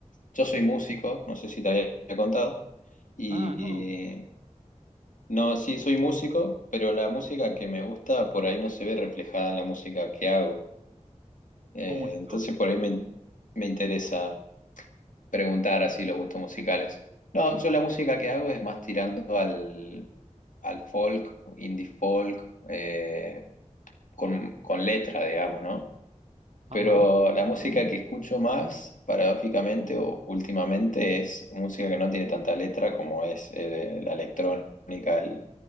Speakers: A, on the left; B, on the right.
A: yo soy músico, no sé si te había contado, y,
B: Ah, no.
A: y- no, sí soy músico, pero la música que me gusta por ahí no se ve reflejada en la música que hago. Eh,
B: ¿Cómo es
A: entonces
B: eso?
A: por ahí me, me interesa. preguntar
B: A
A: así
B: ver.
A: los gustos musicales. No, yo la música que hago es más tirando al, al folk, indie folk, eh, con, con letra, digamos, ¿no?
B: Ajá.
A: Pero la música que escucho más, paradójicamente o últimamente, es música que no tiene tanta letra como es eh, la electrónica, el,